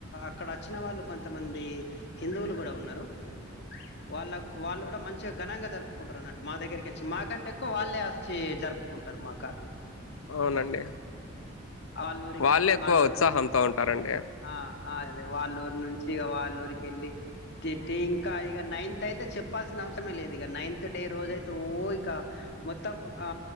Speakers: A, on the left; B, on the left.
A: అక్కడ వచ్చిన వాళ్ళు కొంతమంది హిందువులు కూడా ఉన్నారు వాళ్ళకు వాళ్ళు కూడా మంచిగా ఘనంగా జరుపుకుంటరు అన్నట్టు మా దగ్గరికి వచ్చి మాకంటే ఎక్కువ వాళ్ళే వచ్చి జరుపుకుంటారు మా కాడ
B: అవునండి
A: వాళ్ళూరికి
B: వాళ్ళే
A: వెళ్తాం
B: ఎక్కువ
A: వాళ్ళూరు
B: ఉత్సాహంతో
A: నుంచి
B: ఉంటారండి
A: ఆ అ అదే వాళ్ళ ఊరు నుంచి ఇగ వాళ్ళ ఊరికెళ్ళి తి ఇంకా ఇక నైన్త్ అయితే చెప్పాల్సిన అవసరమే లేదు ఇక నైన్త్ డే రోజ అయితే ఓ ఇక మొత్ మొత్తం ఆ